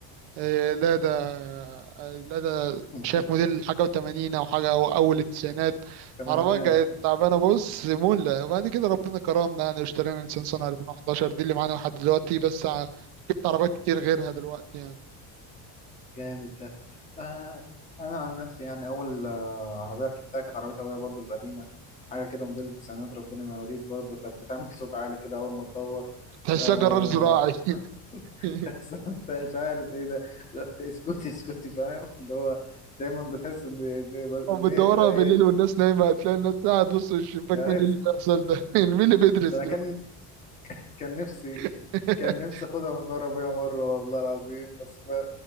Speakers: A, on the right (about 65°); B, on the left (about 15°).
A: آه، لادا آه، لادا
B: <laughs>
A: شايف موديل حاجه و80 او حاجه او اول التسعينات
B: تمانينات
A: عربيه كانت تعبانه بص مولة وبعد كده ربنا كرمنا يعني اشترينا نيسان صني 2011 دي اللي معانا لحد دلوقتي بس ع- جبت عربيات كتير غيرها دلوقتي يعني
B: جامد ده آه انا عن نفسي يعني اول آه عربيه ركبتها كانت عربيه ابويا برضو القديمه حاجه كده موديل التسعينات ربنا ما يوريك برضو كانت بتعمل <laughs> صوت عالي كده اول ما تدور
A: تحسها
B: آه
A: جرار زراعي
B: <laughs>
A: <laughs>
B: تحس انت مش عارف ايه ده <laughs> لا، اسكتي اسكتي فاهم اللي هو دايما بتحس ان ان
A: وبتدورها
B: إن هي كده ايه
A: بالليل والناس نايمة هتلاقي الناس قاعد تبص من الشباك
B: يا
A: مين
B: ريس
A: اللي بيحصل ده <laughs> مين اللي بيدرس
B: ده انا
A: دلوقتي
B: كان كان نفسي
A: <laughs>
B: كان نفسي اخدها من ورا ابويا مره والله العظيم بس ما